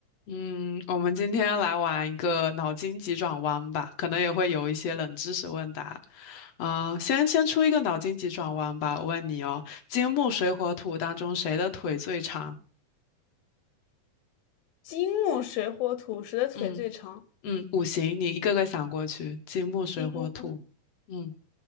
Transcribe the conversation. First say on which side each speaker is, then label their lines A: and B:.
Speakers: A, on the left; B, on the left.
A: 嗯，我们今天来玩一个脑筋急转弯吧，可能也会有一些冷知识问答。嗯、先先出一个脑筋急转弯吧，我问你哦，金木水火土当中谁的腿最长？
B: 金木水火土，谁的腿最长？
A: 嗯嗯，五行，你一个个想过去，金木水火土，
B: 金木
A: 嗯